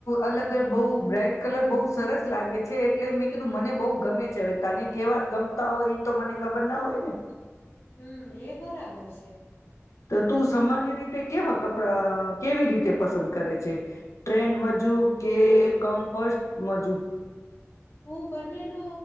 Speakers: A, on the left; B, on the left.
A: અલગ બહ બ્રાઈટ કલર બહુ સરસ લાગે છે. એટલે મેં કીધું મને બહુ ગમે છે. હવે તને કેવા ગમતા હોય એ તો મને ખબર ના હોય ને.
B: હમ એ બરાબર છે.
A: તો તું સામાન્ય રીતે કેવા કપડા કેવી રીતે પસંદ કરે છે? ટ્રેન્ડ મુજબ કે કમ્ફર્ટ મુજબ?
B: હું બંનેનો